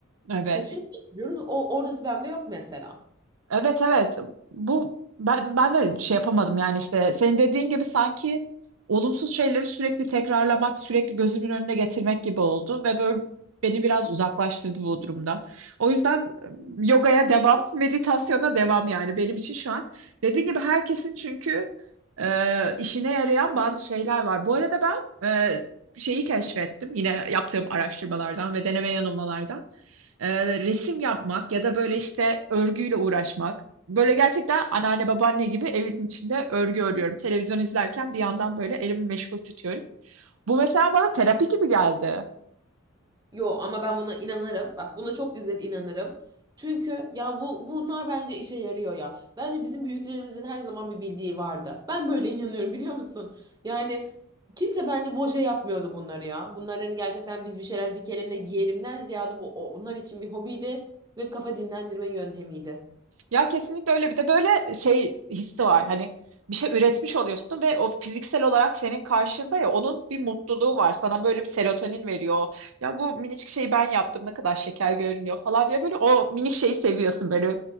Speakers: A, on the right (about 80°); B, on the right (about 20°).
A: Evet.
B: Kötü niye yazıyoruz? O orası bende yok mesela.
A: Evet evet bu ben ben de şey yapamadım yani işte senin dediğin gibi sanki olumsuz şeyleri sürekli tekrarlamak sürekli gözümün önüne getirmek gibi oldu ve böyle beni biraz uzaklaştırdı bu durumdan. O yüzden e, yogaya devam, <laughs> meditasyona devam yani benim için şu an. Dediğin gibi herkesin çünkü e, işine yarayan bazı şeyler var. Bu arada ben e, şeyi keşfettim yine yaptığım araştırmalardan ve deneme yanılmalardan e, resim yapmak ya da böyle işte örgüyle uğraşmak. Böyle gerçekten anneanne babaanne gibi evin içinde örgü örüyorum. Televizyon izlerken bir yandan böyle elimi meşgul tutuyorum. Bu mesela bana terapi gibi geldi.
B: Yo ama ben buna inanırım. Bak buna çok güzel inanırım. Çünkü ya bu bunlar bence işe yarıyor ya. Bence bizim büyüklerimizin her zaman bir bildiği vardı. Ben böyle inanıyorum biliyor musun? Yani kimse bence boşa yapmıyordu bunları ya. Bunlar hani gerçekten biz bir şeyler dikelim de giyelimden ziyade bu o- onlar için bir hobiydi ve kafa dinlendirme yöntemiydi.
A: Ya kesinlikle öyle. Bir de böyle şey hissi var. Hani bir şey üretmiş oluyorsun ve o fiziksel olarak senin karşında ya onun bir mutluluğu var. Sana böyle bir serotonin veriyor. Ya bu minicik şeyi ben yaptım ne kadar şeker görünüyor falan diye böyle o minik şeyi seviyorsun böyle